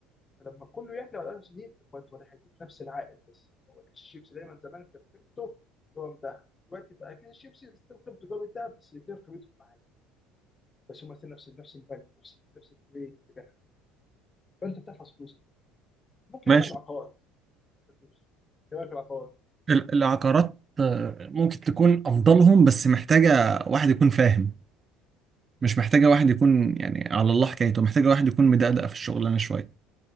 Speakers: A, on the left; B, on the right.
A: فلما كله يعلى على 1000 سنين كنت ولا هيديك نفس العائد بس هو كيس الشيبسي دايما زمان انت قيمته هو مذهب دلوقتي بقى كيس الشيبسي ستيل قيمته جاب الذهب بس يدير قيمته معاه بس هم ستيل نفس نفس الفاليو نفس نفس التبادل بتاعها فانت بتحفظ فلوسك ممكن
B: ماشي
A: ما تعمل عقارات فلوس ايه رايك في العقارات
B: ال- العقارات آه، ممكن تكون افضلهم بس محتاجه واحد يكون فاهم مش محتاجه واحد يكون يعني على الله حكايته محتاجه واحد يكون مدقدق في الشغلانه شويه